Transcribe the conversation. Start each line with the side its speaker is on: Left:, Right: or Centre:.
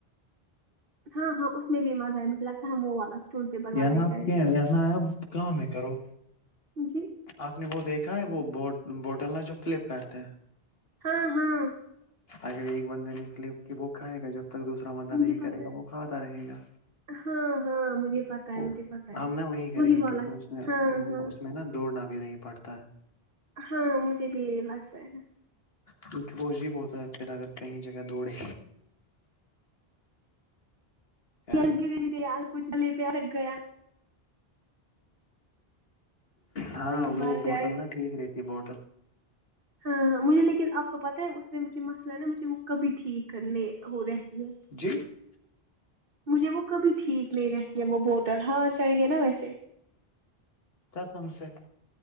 Right: ہاں ہاں اس میں بھی مزہ ہے مجھے لگتا ہے وہ والا اسٹون پیپر والا
Left: نا
Right: ہی
Left: آپ
Right: کریں
Left: کہ
Right: گے
Left: نا آپ کام ہے کرو
Right: جی
Left: آپ نے وہ دیکھا ہے وہ ب بوٹلنا جو فلپکارٹتے
Right: ہاں ہاں
Left: اگر ایک بندے نے فلپ کی بک کھائے گا جب تک دوسرا بندہ
Right: مجھے
Left: نہیں
Right: پتا
Left: کرے گا
Right: ہے
Left: وہ کھاتا رہے گا
Right: ہاں ہاں مجھے پتا ہے
Left: وہ
Right: مجھے پتا ہے
Left: ہم نا وہی کریں گے
Right: والا
Left: کیونکہ اس نے
Right: ہاں ہاں
Left: اس میں نا دوڑنا بھی نہیں پڑھتا ہے
Right: ہاں مجھے بھی لگتا ہے
Left: کیونکہ وہ عجیب ہوتا ہے پھر اگر کہیں جگہ دوڑے ہے
Right: اگے
Left: نا
Right: د بھی دےیار کچھ چلے پیا لگا یا
Left: ہاں
Right: وہی
Left: وہ
Right: مر
Left: بوتل
Right: جائیں
Left: نا ٹھیک رہتی بوتل
Right: ہاں ہاں مجھے لیکن آپ کو پتہ ہے اس پ میں مجھے مسئلہ ن مجھے وہ کبھی ٹھیک کرنے ہو رہتی ہے
Left: جی
Right: مجھے وہ کبھی ٹھیک نہیں رہتی ہے وہ بوٹل ہاں چاہیں گے نا ویسے
Left: کیاسم سے